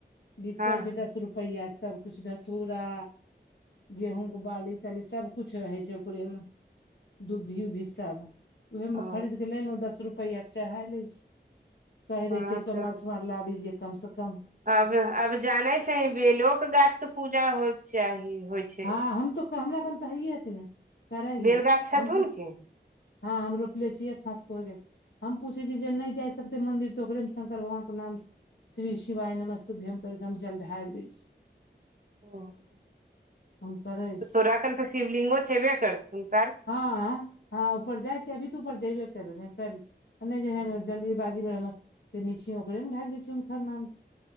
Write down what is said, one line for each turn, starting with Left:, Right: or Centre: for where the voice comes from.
Left: बिकै
Right: हँ
Left: छै दस रुपया सभकुछ धथूरा गेहूँ बाली -ताली सभ कुछ रहै छै ओकरेमे दुधीयो भिस्सारा उहेए मे
Right: ओ
Left: खरीद के लैलौ दस रुपया के चढ़ाय लैय छी। कहि
Right: हँ
Left: दै छियै सोमवार-
Right: तब
Left: सोमवार ला दीजिये कम से कम
Right: अब -अब जानै छै बेलोक गाछ कऽ पूजा होइक चाही होइ छै
Left: हँ हम तो हमरा कन तऽ हइये छैले करै ही
Right: बेल गाछ छथुन
Left: हम पूछ
Right: की
Left: हँ हम रोपले छियै हा हम पूछे छी जे नहि जाय सक जेते मंदिर तऽ ओकरे मे शंकर भगवान के नाम श्री शिवाय नमस्तु भ्यम कर के हम जल ढारि दय छीयै
Right: <inaudible>
Left: हम परहैय।
Right: तोराखन तऽ शिवलिंगो छेबे करथुन त
Left: ह ह ऊपर जाइ छिय अभी तऽ ऊपर जेबे करबै कर आ नै जेनैभेलौ
Right: हँ
Left: जल्दीबाजीमे रहल तऽ नीचही ओकरेमे ढारि द छ हुनकर नाम से